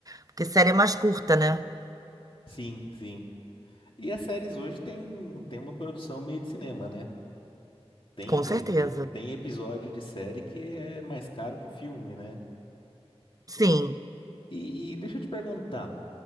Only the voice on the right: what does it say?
porque série é mais curta, né?
Com certeza.
Sim.